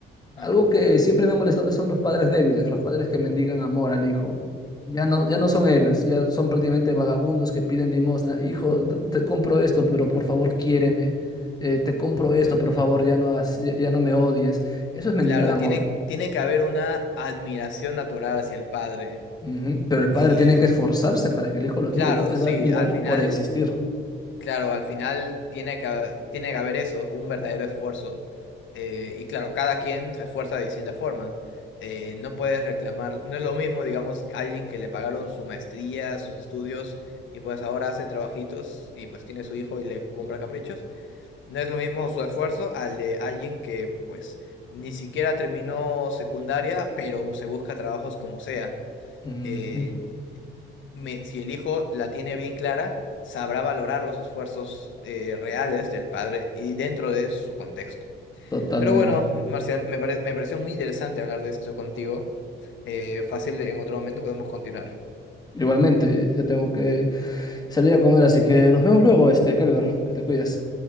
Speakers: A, on the left (about 20°); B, on the left (about 75°).
A: algo
B: Ujú.
A: que siempre me ha molestado son los padres débiles, los padres que mendigan amor al hijo. Ya no, ya no son héroes, ya son prácticamente vagabundos que piden limosna. Hijo, d- te compro esto, pero por favor quiéreme. Eh, te compro esto,
B: Ujú.
A: por favor ya no hagas, ya, ya no me odies. Eso es mendigar
B: Claro,
A: amor.
B: tiene, tiene que haber una admiración natural hacia el padre.
A: Ujú. Pero el padre
B: Y
A: tiene que esforzarse para que el hijo lo admire.
B: claro,
A: No te
B: sí,
A: va a admirar
B: al final,
A: por existir.
B: claro, al final tiene que, ha- tiene que haber eso, un verdadero esfuerzo. Eh, y claro, cada quien se esfuerza de distinta forma. Eh, no puedes reclamar, no es lo mismo, digamos, alguien que le pagaron su maestría, sus estudios, y pues ahora hace trabajitos y pues tiene su hijo y le compra caprichos. No es lo mismo su esfuerzo al de alguien que pues ni siquiera terminó secundaria, pero se busca trabajos como sea.
A: Ujú.
B: eh, me- si el hijo la tiene bien clara, sabrá valorar los esfuerzos eh, reales del padre y dentro de su contexto.
A: Totalmente.
B: Pero bueno, Marcial, me pare- me pareció muy interesante hablar de esto contigo. Eh, fácil, en otro momento podemos continuar.
A: Igualmente, yo tengo que salir a comer, así que nos vemos luego, este, Kelber, que te cuides.